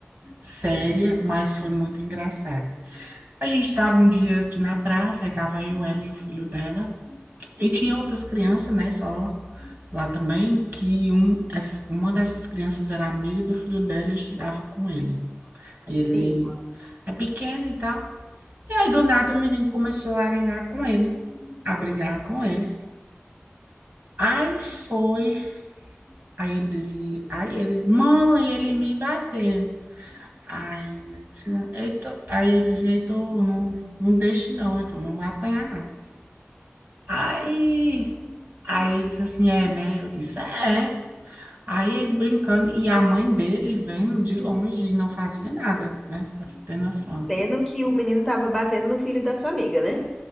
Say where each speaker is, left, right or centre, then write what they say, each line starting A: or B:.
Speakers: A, on the right (about 45°); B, in the centre.
A: séria, mas foi muito engraçada A gente tava um dia aqui na praça, aí tava eu, ela e o filho dela. E tinha outras crianças, né, só lá também, que um, essa, uma dessas crianças era amiga do filho dela e estudava com ele. Aí ele
B: Sim.
A: aí, é pequeno e tal. E aí do nada o menino começou a arengar com ele, a brigar com ele. Aí foi, aí ele dizia, aí ele, mãe, ele me bateu. Aí eu dizia, "Heitor", aí eu dizia, então não, não deixe não, então não vai apanhar não. Aí, aí eles assim, é, né? Eu disse, é. Aí eles brincando e a mãe dele vendo de longe e não fazia nada, né? Pra tu ter noção.
B: Pena que o menino tava batendo no filho da sua amiga, né?